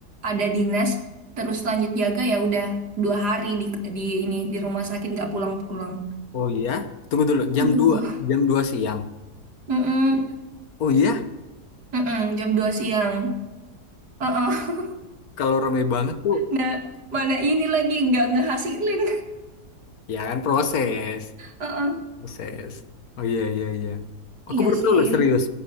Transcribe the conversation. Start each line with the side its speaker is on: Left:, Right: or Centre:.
Right: ada dinas terus lanjut jaga ya udah dua hari di di ini di rumah sakit nggak pulang-pulang.
Left: Oh iya, tunggu dulu. Jam
Right: Aduh.
Left: dua, jam 2 siang.
Right: Mm-mm.
Left: Oh iya,
Right: Mm-mm. Jam 2 siang. uh
Left: kalau rame banget tuh.
Right: Nah, <laughs> mana ini lagi nggak ngehasilin.
Left: Ya kan proses.
Right: uh
Left: Buset. Oh iya iya iya. Aku
Right: Iya
Left: baru
Right: sih.
Left: tahu loh serius.